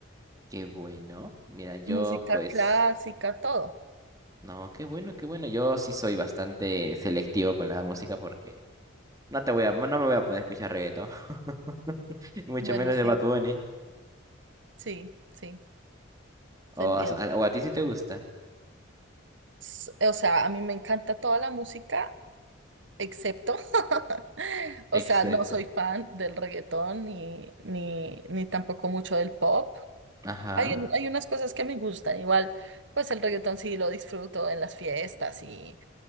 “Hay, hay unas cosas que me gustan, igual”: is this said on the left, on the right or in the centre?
Right